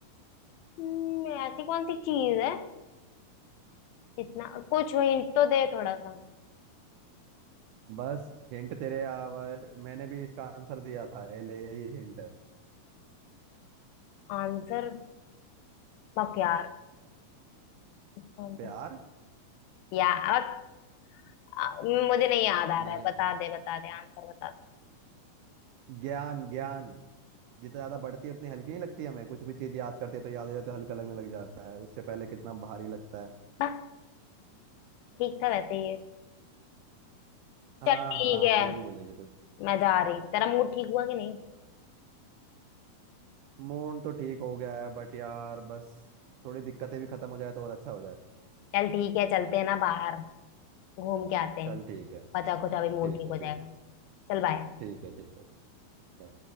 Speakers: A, on the left (about 85°); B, on the right (about 80°).
A: हम्म, ऐसी कौन सी चीज है जितना कुछ हिंट तो दे थोड़ा सा
B: बस हिंट तेरे आवर मैंने भी इसका आंसर दिया था ये ले यही हिंट है
A: आंसर बक यार इसका आंसर
B: प्यार
A: या बक आ, मुझे नहीं याद आ
B: नहीं
A: रहा है बता दे बता दे आंसर बता दे
B: ज्ञान ज्ञान जितना ज्यादा बढ़ती है उतनी हल्की नहीं लगती हमें कुछ भी चीज याद करते हैं तो याद हो जाए तो हल्का लगने लग जाता है उससे पहले कितना भारी लगता है
A: बक ठीक था वैसे ये
B: हाँ
A: चल ठीक
B: हाँ
A: है
B: आप तो यही बोलेगी तू
A: मैं जा रही तेरा मूड ठीक हुआ कि नहीं
B: मून तो ठीक हो गया है बट यार बस थोड़ी दिक्कतें भी खत्म हो जाए तो और अच्छा हो जाए
A: चल ठीक है चलते हैं ना बाहर घूम के आते हैं
B: चल ठीक है
A: बचा खुचा भी मूड
B: ठीक
A: ठीक
B: है
A: हो जाएगा
B: ठीक है
A: चल बाय
B: ठीक है ठीक है bye.